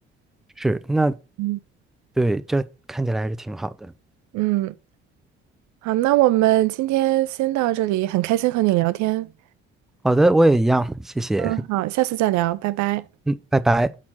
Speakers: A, in the centre; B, on the right.
A: 是，那
B: 嗯
A: 对，这看起来还是挺好的。
B: 嗯，好，那我们今天先到这里，很开心和你聊天。
A: 好的，我也一样，谢谢。
B: 嗯，好，下次再聊，拜拜。
A: 嗯，拜拜。